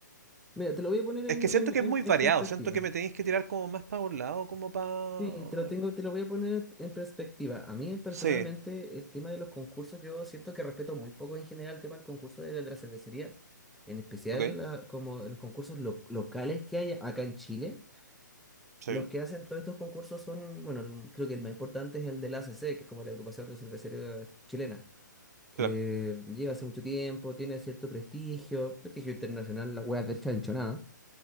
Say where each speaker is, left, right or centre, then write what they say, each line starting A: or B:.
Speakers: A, in the centre; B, on the right.
A: Mira, te lo voy a poner
B: Es
A: en,
B: que siento
A: en,
B: que
A: en
B: es muy
A: en
B: variado,
A: perspectiva.
B: siento que me tenéis que tirar como más para un lado, como para...
A: Sí, te lo tengo, te lo voy a poner en perspectiva. A mí personalmente
B: Sí,
A: el tema de los concursos, yo siento que respeto muy poco en general el tema del concurso de la, de la cervecería, en especial
B: ok,
A: la- como los concursos lo- locales que hay acá en Chile.
B: sí,
A: Los que hacen todos estos concursos son, bueno, el- creo que el más importante es el del ACC, que es como la agrupación de cervecería chilena, que
B: claro,
A: lleva hace mucho tiempo, tiene cierto prestigio, prestigio internacional, la hueá del chancho, nada.